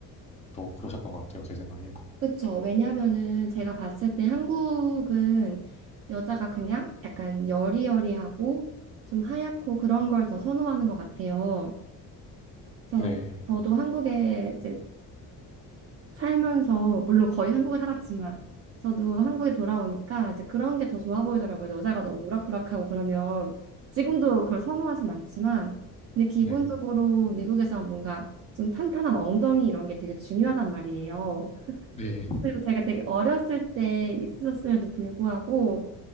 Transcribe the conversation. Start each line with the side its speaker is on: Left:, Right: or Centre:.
Left: 더 그러셨던 것 같아요, 제 생각에.
Right: 그쵸. 왜냐하면은 제가 봤을 때 한국은 여자가 그냥 약간 여리여리하고 좀 하얗고 그런 걸 더 선호하는 것 같아요. 그래서
Left: 네,
Right: 저도 한국에 이제 살면서 물론 거의 한국에 살았지만 저도 한국에 돌아오니까 이제 그런 게 더 좋아 보이더라고요. 여자가 너무 우락부락하고 그러면 지금도 그걸 선호하진 않지만 근데 기본적으로
Left: 네,
Right: 미국에서 뭔가 좀 탄탄한 엉덩이 이런 게 되게 중요하단 말이에요.
Left: 네.
Right: 그리고 제가 되게 어렸을 때 있었음에도 불구하고